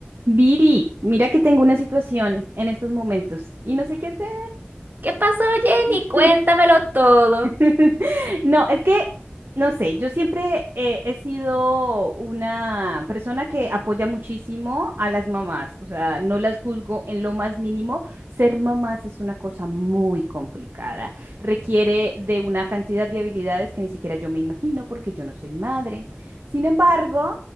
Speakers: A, on the right; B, on the right.
A: Viri, mira que tengo una situación en estos momentos y no sé qué hacer.
B: ¿Qué pasó, Jenny?
A: <laughs>
B: Cuéntamelo todo.
A: <laughs> No, es que, no sé, yo siempre eh, he sido una persona que apoya muchísimo a las mamás, o sea, no las juzgo en lo más mínimo. Ser mamás es una cosa muy complicada, requiere de una cantidad de habilidades que ni siquiera yo me imagino porque yo no soy madre. Sin embargo,